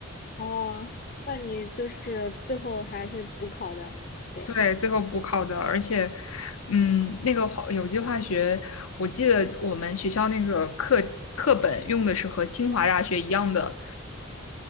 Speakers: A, on the left; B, on the left.
A: 哦，那你就是最后还是补考的，对。
B: 对，最后补考的，而且，嗯，那个化有机化学，我记得我们学校那个课课本用的是和清华大学一样的，